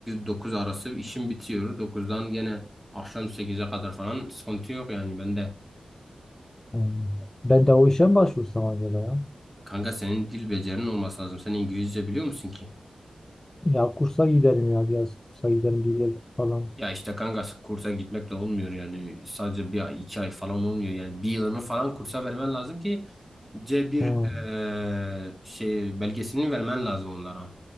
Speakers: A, in the centre; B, on the left.
A: dokuz arası işim bitiyor. dokuzdan gene akşam sekize kadar falan sıkıntı yok yani bende.
B: Hmm. Ben de o işe mi başvursam acaba ya?
A: Kanka senin dil becerinin olması lazım. Sen İngilizce biliyor musun ki?
B: Ya kursa giderim ya biraz kursa giderim bir yıl falan.
A: Ya işte kanka kursa gitmek de olmuyor yani. Sadece bir ay, iki ay falan olmuyor yani. Bir yılını falan kursa vermen lazım ki c bir
B: Hmm.
A: eee, şey belgesini vermen lazım onlara.